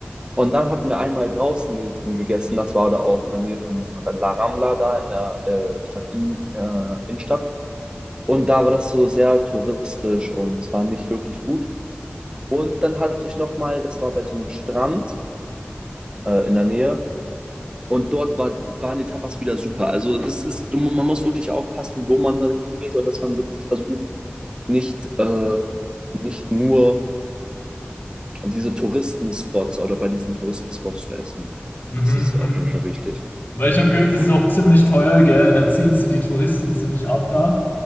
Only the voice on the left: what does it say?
Mhm,
mhm.
Weil ich habe gehört, das ist auch ziemlich teuer, gell? Da ziehen sie die Touristen ziemlich ab da.